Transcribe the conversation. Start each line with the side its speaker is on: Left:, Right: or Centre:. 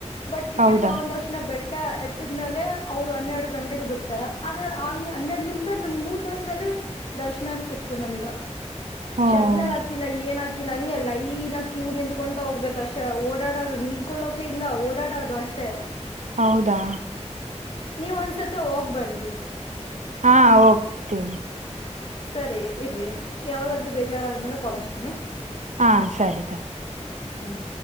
Left: ಬಟ್ ಟಿಕೆಟ್
Right: ಹೌದಾ
Left: ತಗೊಂಡಷ್ಟ್ ಲ ಬೆಟ್ಟ ಎರ್ತ್ತಿದ್ ಮೇಲೆ ಅವ್ರು ಹನ್ನೆರಡು ಗಂಟೆಗೆ ಬಿಡ್ತಾರ ಆಗ ಆಗ್ನ್ ಹನ್ನೆರಡ್ನಿಂದ ನಮ್ ಮೂ ಸ್ನಲ್ಲ ದರ್ಶನ ಸಿಕ್ತು ನಮೀಗ
Right: ಹ್ಮ
Left: ಶಡ್ನ ಹಾಕಿ ಹಾಕಿಲ್ಲ ಏನ್ ಹಾಕಿಲ್ಲ ಹಂಗೆ ಲೈನ ಕ್ಯೂ ನಿತ್ಕೊತಾ ಹೋಗ್ಬೇಕ ಅಷ್ಟೆ ಓಡಾಡೋ್ರು ನಿಂತ್ಕೊಳ್ಳಕ್ ಇಲ್ಲ ಓಡಾಡೋದು ಅಷ್ಟೇ
Right: ಹೌದಾ
Left: ನೀವ ಒಂದ್ಸತಿ ಹೋಗ್ ಬನ್ಿ
Right: ಹಾ ಹೋಗ್ತೇವಿ
Left: ಸರಿ ಇರ್ರಿ ಯಾವಾಗಾದ್ರೂ ಬೇಜಾರಾದ್ಮೇಲೆ ಕೋಲಸ್್ತೇನಿ
Right: ಹಾ ಸರಿ
Left: ಹ್ಮ್